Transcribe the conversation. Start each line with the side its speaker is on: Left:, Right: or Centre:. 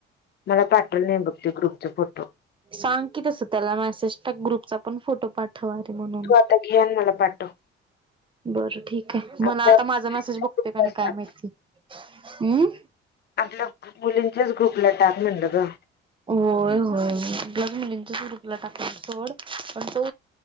Left: मला पाठल नाही बघते ग्रुपचे फोटो.
Right: सांग की तस त्याला मेसेज ग्रुपचा पण फोटो पाठ. थवारे म्हणून.
Left: तू आता घे आणि मला पाठव
Right: बरं ठीक आहे मला
Left: आपल्या
Right: आता माझा मेसेज
Left: ग्रुपला
Right: बघते का नाही काय माहिती. हम्.
Left: आपल्या मुलींच्याच ग्रुपला टाक म्हलं ग
Right: होय होय मला मुलींच्या ग्रुप ला टाकाय सोड पण तो